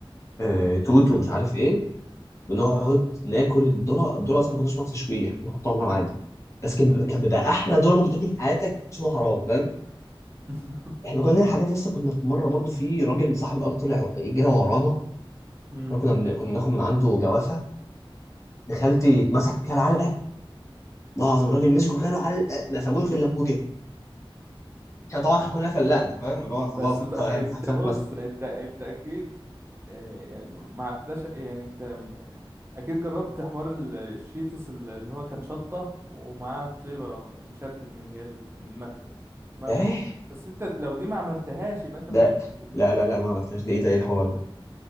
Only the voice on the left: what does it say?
آه... توت
ومش عارف ايه ونقعد
ناكل الذره الذره اصلا ما كناش بنعرف نشويها كنا بنحطها على النار عادي بس كان بيبقى- كان بيبقى احلى ذره ممكن تاكل في حياتك عشان هو حرام فاهم
احنا كنا بنعمل حاجات لسه كنا في مره برضو في راجل صاحب الارض طلع جرى ورانا
احنا كنا بن- كنا بناكل من عنده جوافه دخلتي اتمسك كل علقه والله العظيم الراجل مسكه كله علقه ما سابوش غير لما جه احنا طبعا احنا كلنا فلقنا فاهم اللي هو خلاص
طبعاً
يعني في حد فاهم
اتمسك
ايه
لا
لا لا لا ما عملتهاش دي ايه ده ايه الحوار ده